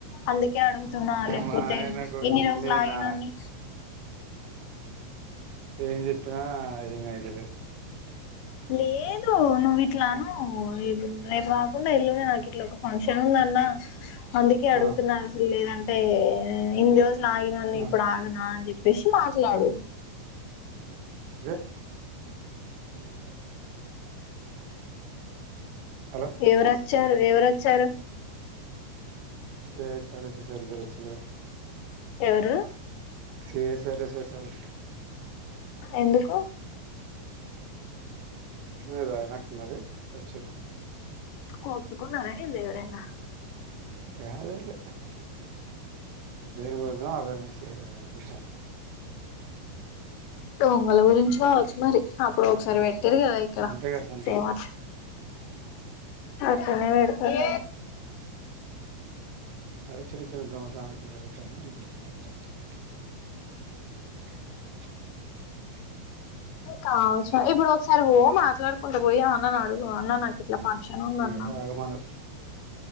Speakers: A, on the left; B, on the right.
A: అందుకే అడుగుతున్నా లేకపోతే
B: మా ఆయనకు
A: ఇన్ని
B: ఎన్ని
A: రోజులు ఆగినన్ని
B: నా ఏం చెప్పినా ఏం అయితలేదు
A: లేదు నువ్వు ఇట్లను రేపు రాకుండా ఎల్లుండి నాకు ఇట్లా ఒక ఫంక్షన్ ఉందన్న అందుకే అడుగుతున్నారు
B: ఆ
A: అసలు లేదంటే ఇన్ని రోజులు ఆగినన్ని
B: ఆ
A: ఇప్పుడు ఆగనా అని చెప్పేసి మాట్లాడు
B: <unintelligible> హలో
A: ఎవరోచ్చారు ఎవరోచ్చారు
B: స సర స సారిద్దరచ్చల
A: ఎవరు
B: స సరే స సరేచ్చ
A: ఎందుకు
B: ఏదా అనకున్నది చల్
A: కొట్టుకున్నార ఏంది ఎవరైనా
B: యాల్ లేదు బేరుగ అవేర్నస్ సే గుష
A: దొంగల గురించి కావచ్చు మరి అప్పుడు ఒకసారి పెట్టారు కదా ఇక్కడ
B: ఉంటాయి కదా సంథింగ్
A: సేమ అ అట్లనే పెడతారు
B: చిన్న చిన్న దొంగతనాలు జరుగుత్ అస <unintelligible>
A: కావచ్చు ఇప్పుడు ఒకసారి ఓ మాట్లాడుకుంటూ పోయి అన్నాను అడుగు అన్న నాకు ఇట్లా ఫంక్షన్ ఉందన్న
B: ఇగ ఆగమన్నరు